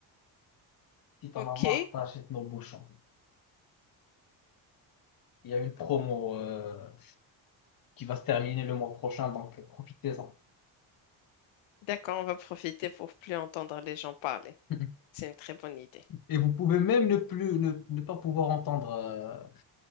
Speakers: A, on the left; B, on the left.
A: Si t'en
B: Ok,
A: as marre, t'achètes nos bouchons. Il y a une promo euh, qui va se terminer le mois prochain, donc profitez-en.
B: d'accord, on va profiter pour plus entendre les gens parler.
A: <laughs>
B: C'est une très bonne idée.
A: Et vous pouvez même ne plus ne, ne pas pouvoir entendre euh,